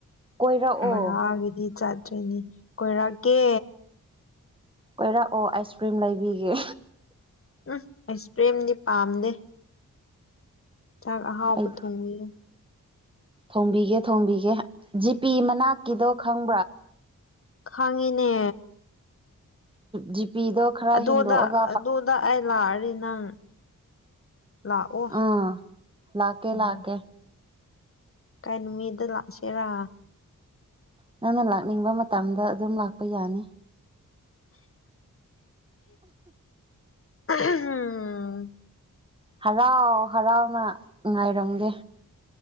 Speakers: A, on the right; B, on the left.
A: ꯀꯣꯏꯔꯛꯑꯣ
B: ꯚꯔꯥꯒꯤꯗꯤ ꯆꯠ ꯠꯇꯅꯦ ꯀꯣꯏꯔꯛꯒꯦ
A: ꯑꯣꯏꯔꯛꯑꯣ ꯑꯥꯏꯁ ꯀ꯭ꯔꯤꯝ ꯂꯩꯕꯤꯒꯦ
B: ꯎ ꯑꯥꯏꯁ ꯀ꯭ꯔꯤꯝꯗꯤ ꯄꯥꯝꯗꯦ ꯆ ꯍꯥꯎꯞꯕ
A: ꯑꯩ
B: ꯊꯣꯡ
A: ꯊꯣꯡꯕꯤꯒꯦ ꯊꯣꯡꯕꯤꯒꯦ ꯖꯤꯄꯤ ꯃꯅꯥꯛꯀꯤꯗꯣ ꯈꯪꯕ꯭ꯔꯥ
B: ꯈꯥꯉꯅꯦ
A: ꯖꯤꯄꯤꯗꯣ ꯈꯔ
B: ꯑꯗꯨꯗ
A: ꯍꯦꯟꯗꯣꯛꯑꯒ
B: ꯑꯗꯨꯗ ꯑꯩ ꯂꯥꯛꯑꯔꯤ ꯅꯪ ꯂꯥꯛꯑꯣ
A: ꯑꯥ ꯂꯥꯛꯀꯦ
B: ꯎꯝ
A: ꯂꯥꯛꯀꯦ
B: ꯀꯥꯏ ꯅꯨꯃꯤꯗ ꯂꯥꯛꯁꯤꯦꯔꯥ
A: ꯅꯪꯅ ꯂꯥꯛꯅꯤꯡꯕ ꯃꯇꯝꯗ ꯑꯗꯨꯝ ꯂꯥꯛꯄ ꯌꯥꯅꯤ
B: ꯎꯝ
A: ꯍꯔꯥꯎ ꯍꯔꯥꯎꯅ ꯉꯥꯏꯔꯝꯒꯦ